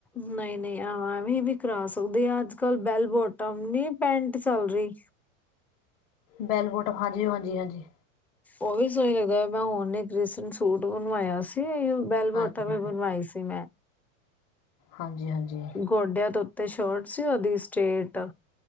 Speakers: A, in the centre; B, on the left.
A: ਨਹੀਂ, ਨਹੀਂ ਆਵੇਂ ਵੀ ਕਰਾ ਸਕਦੇ ਅੱਜ ਕੱਲ ਬੈਲ ਬੋਟਮ ਨੀ ਪੈਂਟ ਚੱਲ ਰਹੀ।
B: ਬੈਲਬੋਟ ਹਾਂਜੀ, ਹਾਂਜੀ, ਹਾਂਜੀ।
A: ਉਹ ਵੀ ਸੋਹੀ ਲੱਗਦਾ ਮੈਂ ਹੁਣ ਇੱਕ ਰੀਸੈਂਟ ਸੂਟ ਬਣਵਾਇਆ ਸੀ। ਬੈਲ ਬੋਟਮ
B: ਹਾਂਜੀ
A: ਵੀ ਬਣਵਾਈ ਸੀ ਮੈਂ।
B: ਹਾਂਜੀ। ਹਾਂਜੀ
A: ਗੋਡਿਆਂ ਤੋਂ ਤੇ ਸ਼ੋਰਟ ਸੀ ਉਹਦੀ ਸਟੇਟ